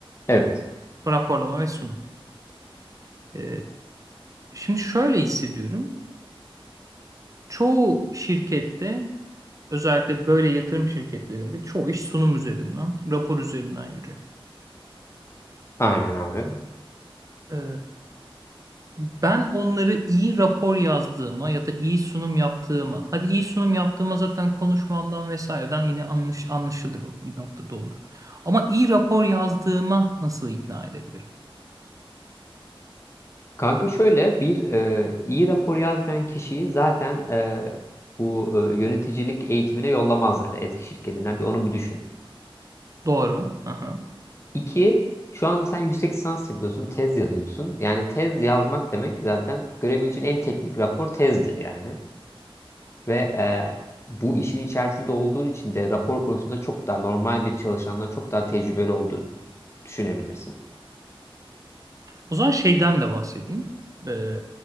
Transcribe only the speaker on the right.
raporlama ve sunum. E, şimdi şöyle hissediyorum çoğu şirkette özellikle böyle yatırım şirketlerinde çoğu iş sunum üzerinden rapor üzerinden yürüyor.
E, ben onları iyi rapor yazdığıma ya da iyi sunum yaptığıma hadi iyi sunum yaptığıma zaten konuşmamdan vesaireden yine anlaş, anlaşılır o bir noktada olur. Ama iyi rapor yazdığıma nasıl ikna edebilirim?
Doğru. Hı hı.
O zaman şeyden de bahsedeyim. Ee,